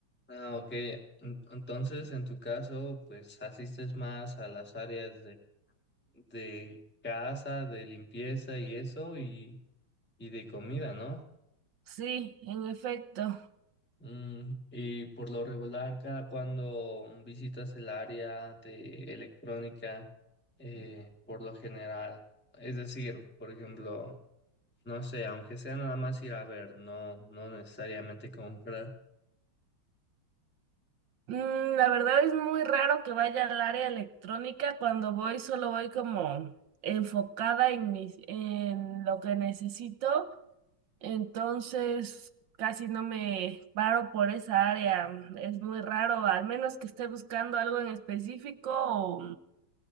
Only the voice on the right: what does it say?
Sí, en efecto.
Mm, la verdad es muy raro que vaya al área electrónica. Cuando voy, solo voy como enfocada en mis, en lo que necesito. Entonces, casi no me paro por esa área. mm, Es muy raro, al menos que esté buscando algo en específico o,